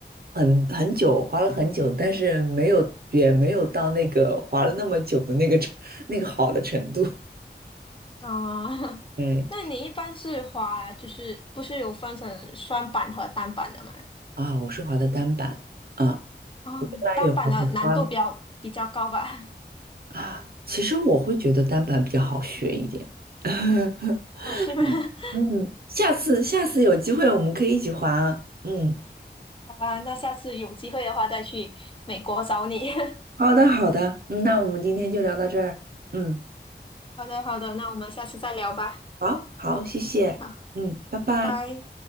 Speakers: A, on the right; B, on the left.
A: 很很久，滑了很久，但是没有，也没有到那个滑了那么久的那个程那个好的程度。<laughs>
B: 啊，<laughs>
A: 对
B: 那你一般是滑，就是不是有分成双板和单板的吗？
A: 啊，我是滑的单板啊，
B: 哦，
A: 他也滑过双
B: 单板的难度比较比较高吧？<laughs>
A: 啊。其实我会觉得单板比较好学一点。<laughs>
B: 哦，是吗？<laughs>
A: 嗯，下次下次有机会我们可以一起滑啊。嗯。
B: 好吧，那下次有机会的话再去美国找你。
A: 好的，好的，嗯，那我们今天就聊到这儿。嗯，
B: <laughs> 好的，好的，那我们下次再聊吧。
A: 好，好，谢谢。
B: 好，
A: 嗯，拜拜。
B: 拜拜。